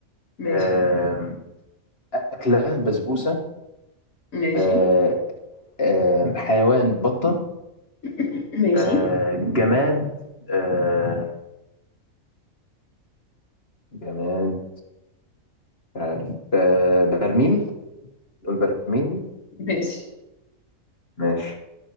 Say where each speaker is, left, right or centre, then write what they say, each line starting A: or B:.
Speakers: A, on the left; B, on the left.
A: ماشي
B: آه أكلة بسبوسة
A: ماشي
B: آه آه حيوان بطة
A: <clears throat> ماشي
B: آه جماد آه جماد مش عارف آه برميل البرميل
A: ماشي
B: ماشي